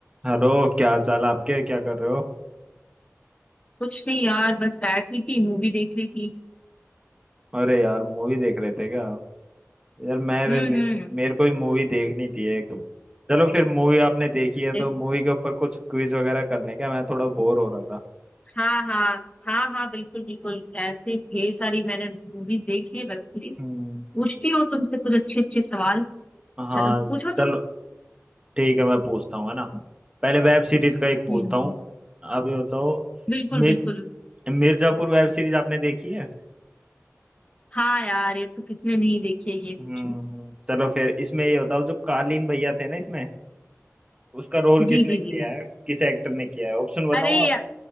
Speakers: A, on the right; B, on the left.
A: Hello क्या हाल चाल है आपके क्या कर रहे हो
B: कुछ नहीं यार बस बैठ हुई थी मूवी देख रही थी
A: अरे यार मूवी देख रहे थे क्या यार मैं
B: हम्म
A: भी मे,
B: हम्म
A: मेरे को भी मूवी देखनी थी एक चलो फिर मूवी आपने देखी है तो
B: देख-
A: मूवी के ऊपर कुछ क्विज वगैरह कर लें क्या मैं थोड़ा बोर हो रहा था
B: हाँ हाँ हाँ हाँ बिल्कुल बिल्कुल ऐसे ढेर सारी मैंने मूवीज देख ली है वेब सीरीज
A: हम्म
B: पूछती हो तुमसे कुछ अच्छे अच्छे सवाल
A: हाँ
B: चलो पूछो
A: चलो
B: तुम
A: ठीक है मैं पूछता हूँ है ना पहले वेब सीरीज का एक पूछता
B: हम्म
A: हूँ आप ये बताओ
B: बिल्कुल
A: मिर,
B: बिल्कुल
A: मिर्जापुर वेब सीरीज आपने देखी है
B: हाँ यार ये तो किसने नहीं देखी है ये पूछो
A: हम्म चलो फिर इसमें ये बताओ जो कालीन भैया थे ना इसमें उसका रोल किसने
B: जी जी
A: किया
B: जी
A: है किस एक्टर ने किया है ऑप्शन बताऊं
B: अरे या-